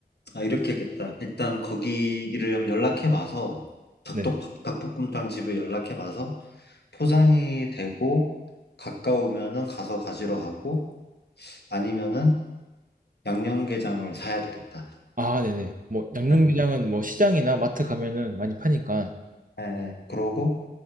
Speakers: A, on the left; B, on the right.
A: 아, 이렇게 하겠다. 일단 거기를 연락해 봐서 닭도
B: 네.
A: 닭볶음탕 집을 연락해 봐서 포장이 되고 가까우면은 가서 가지러 가고 아니면은 양념게장을 사야 되겠다.
B: 아, 네네. 뭐, 양념게장은
A: 네.
B: 뭐 시장이나 마트 가면은 많이 파니까,
A: 예, 예. 그러고